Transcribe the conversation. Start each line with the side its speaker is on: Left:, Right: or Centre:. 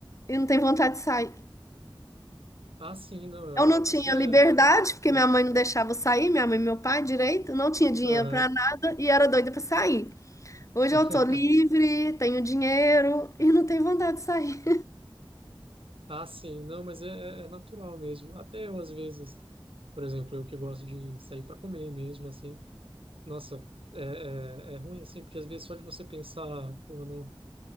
Left: e não tenho vontade de sair.
Right: Ah, sim, não, eu
Left: Eu não
Right: acho
Left: tinha
Right: que isso é.
Left: liberdade, porque
Right: é,
Left: minha mãe não deixava eu sair, minha mãe e meu pai direito, não tinha dinheiro
Right: Uhum.
Left: para nada e era doida para sair. Hoje
Right: <laughs>
Left: eu tô livre, tenho dinheiro e não tenho vontade de sair.
Right: Ah, sim, não, mas é, é é natural mesmo. Até eu, às vezes, por exemplo, eu que gosto de sair para comer mesmo, assim, nossa, é, é, é ruim, assim, porque às vezes só de você pensar, pô, no,